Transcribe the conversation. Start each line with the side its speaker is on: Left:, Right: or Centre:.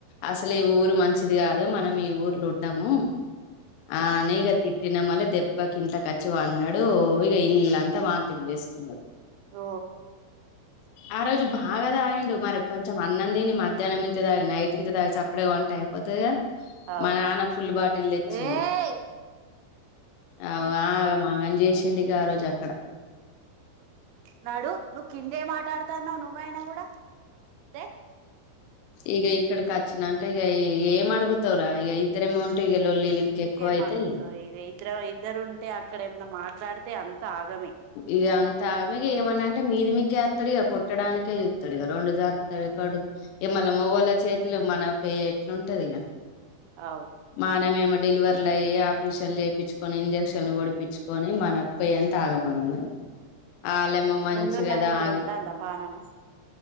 Left: అసలే ఈ ఊరు మంచిది కాదు మనం ఈ ఊర్లో ఉండము ఆ అని ఇగ తిట్టిన మల్ల దె దెబ్బకు ఇంట్లోకొచ్చి పన్నడు అన్నాడు ఇగ ఇల్లు అంతా వాంతింగ్ చేసుకున్నాడు
Right: ఓ
Left: ఆ రోజు బాగా తాగిండు మరి కొంచెం అన్నం తిని మధ్యాహ్నం ఇంత తాగి నైట్ ఇంత తాగి సప్పుడే కా పంటే అయిపోతదిగా
Right: అవు
Left: మా నాన్న ఫుల్ బాటిల్ తెచ్చిండు
Right: ఏయ్
Left: అవ్వా ఆగామాగం చేసిండి ఇగ ఆ రోజు అ
Right: రాడు నువ్వు కింద వేయమా ఆటాడుతాను నువ్వైనా కూడా ఇదే
Left: ఈగ ఇక్కడకిచ్చినంక ఇగ ఏమో అడుగుతారా ఇగ ఇద్దరమే ఉ లొల్లిలు ఇంకా
Right: ఇంకేం
Left: ఎక్కువైతాయి
Right: అడుగుతావు ఇక ఇద్దరు ఇద్దరు ఉంటే అక్కడ ఏమన్నా మాట్లాడితే అంత ఆగమే
Left: ఇగాఅంత ఆగమే ఇగ ఏమన్నా అంటే మీది మీదికే ఇగ కొట్టడానినికియుత్తడిగా రెండు జార్తడు కడు ఈ మళ్ళ మొగోల్ల చేతులు మన పే అట్లాంటది ఇగ
Right: అవు
Left: మనమేమో డెలివర్లు అయ్యి ఆపరేషన్ చేపించుకొని ఇంన్ ఇంజక్షన్లు పొడిపించుకుని మనకు పోయి అంత ఆగమాగం అయే ఆళ్లేమో మంచిగా
Right: ముందున్నట్టు
Left: తాగి
Right: ఇప్పుడు ఉంటాందా పానము